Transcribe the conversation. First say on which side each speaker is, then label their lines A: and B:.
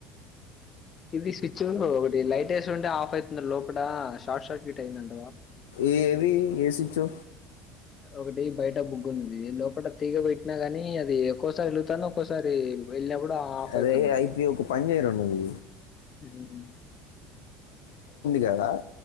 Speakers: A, on the left; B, on the left.
A: ఇది స్విచ్ ఒకటి లైటెస్ట్ వుండుండి ఆఫ్ అయితుంది లోప షార్ట్ సర్క్యూట్ అయిందండి
B: ఏ ఏది ఏసిచ్చు
A: ఒక టీమ్ బయట బుగ్గున్నది లోపల తీగ పెట్టినా గాని అది ఒక్కోసారి వెళతాను ఒక్కోసారి వెళ్ళినప్పుడు ఆఫ్
B: అదే
A: అవుతుంది
B: అయితే ఒక పనిచేయర నువ్వు
A: ఉమ్.
B: జద